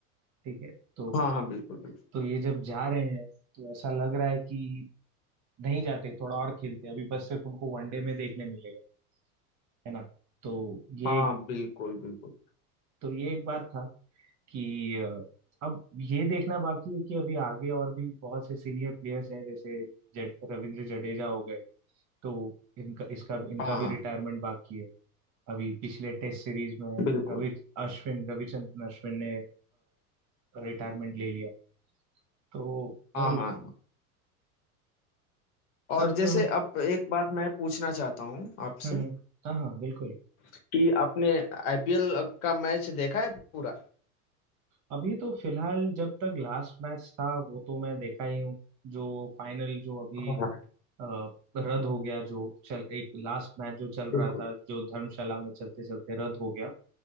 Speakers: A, on the right (about 40°); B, on the left (about 65°).
A: ठीक है तो
B: हाँ हाँ बिल्कुल बिल्कुल
A: तो ये जब जा रहे हैं तो ऐसा लग रहा है कि नहीं जाते थोड़ा और खेलते अभी बस सिर्फ उनको वनडे में देखने मिलेगा है ना तो ये
B: हाँ बिल्कुल बिल्कुल
A: तो ये एक बात था कि अ, अब ये देखना बाकी है कि अभी आगे और भी बहुत से सीनियर प्लेयर्स हैं जैसे जड, रविंद्र जडेजा हो गए तो इनका इसका इनका
B: हाँ
A: भी
B: हाँ
A: रिटायरमेंट बाकी है अभी पिछले टेस्ट सीरीज में
B: बिल्कुल
A: रवि अश्विन रविचंद्रन अश्विन ने रिटायरमेंट ले लिया तो
B: हाँ
A: वही
B: हाँ हाँ। और
A: सब
B: जैसे
A: जो है
B: अब एक बात मैं पूछना चाहता हूँ आपसे
A: हम्म हम्म, हाँ हाँ बिल्कुल
B: कि आपने आईपीएल का मैच देखा है पूरा
A: अभी तो फिलहाल जब तक लास्ट मैच था वो तो मैं देखा ही हूँ जो फाइनल जो अभी
B: हाँ
A: अ, रद्द हो गया जो चल एक लास्ट मैच जो चल
B: बिल्कुल
A: रहा था जो धर्मशाला में चलते चलते रद्द हो गया